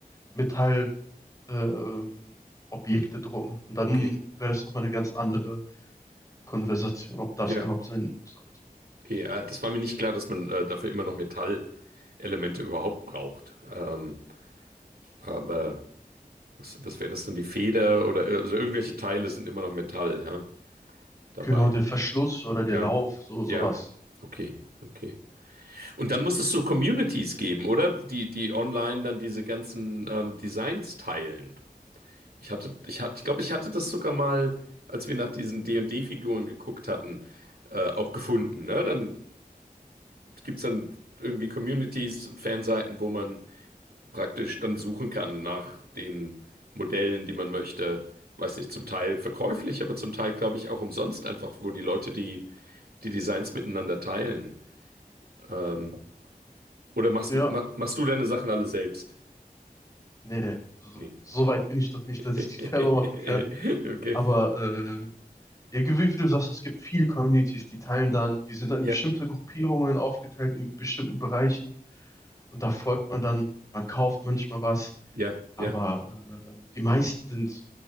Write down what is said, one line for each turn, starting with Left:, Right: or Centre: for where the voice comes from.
Left: Metall ähm, Objekte drucken. Und dann
Right: okay.
Left: wäre das nochmal eine ganz andere Konversation, ob das
Right: Ja,
Left: erlaubt sein sollte.
Right: okay. Ah, das war mir nicht klar, dass man äh, dafür immer noch Metallelemente überhaupt braucht. Ähm, aber. Was, was wäre das denn? Die Feder oder also irgendwelche Teile sind immer noch Metall, ja, dabei.
Left: Genau, der Verschluss oder der
Right: Ja,
Left: Lauf, so
Right: ja,
Left: sowas.
Right: okay, okay. Und dann muss es so Communities geben, oder? Die, die online dann diese ganzen ähm, Designs teilen. Ich hatte, ich hatte, ich glaube, ich hatte das sogar mal, als wir nach diesen D D figuren geguckt hatten, äh, auch gefunden. Ne? Dann gibt es dann irgendwie Communities und Fanseiten, wo man praktisch dann suchen kann nach den Modellen, die man möchte. Weiß nicht, zum Teil verkäuflich, aber zum Teil, glaube ich, auch umsonst einfach, wo die Leute die, die Designs miteinander teilen. Ähm, oder machst
Left: Ja,
Right: du, ma, machst du deine Sachen alle selbst?
Left: nee, nee. So,
Right: Nee.
Left: so weit bin ich doch nicht,
Right: <laughs>
Left: dass ich die <laughs> selber machen kann.
Right: Okay.
Left: Aber äh, ja, wie wie du sagst, es gibt viele Communities, die teilen dann, die sind dann
Right: Ja,
Left: in bestimmte Gruppierungen aufgeteilt, in bestimmten Bereichen. Und da folgt man dann, man kauft manchmal was,
Right: ja,
Left: aber
Right: ja.
Left: äh, die meisten sind